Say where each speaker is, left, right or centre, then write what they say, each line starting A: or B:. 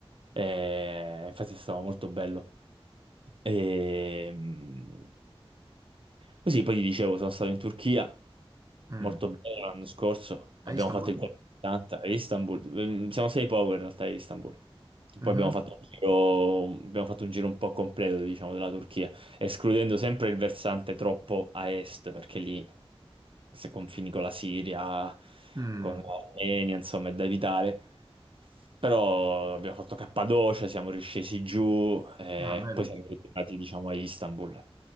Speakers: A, on the right; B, on the right.
A: Eh, infatti è stato molto bello. E, mm, così poi ti dicevo, sono stato in Turchia,
B: Mm.
A: Molto bene l'anno scorso, abbiamo
B: A Istanbul?
A: fatto il giro di 80 a Istanbul, Mm, siamo sei power in realtà a Istanbul. Poi
B: Mhm.
A: abbiamo fatto un giro, abbiamo fatto un giro un po' completo, diciamo, della Turchia, escludendo sempre il versante troppo a est, perché lì se confini con la Siria,
B: Mm.
A: con l'Armenia, insomma, è da evitare. Però abbiamo fatto Cappadocia, siamo riscesi giù e
B: Ah, bello.
A: poi siamo ritornati, diciamo, a Istanbul.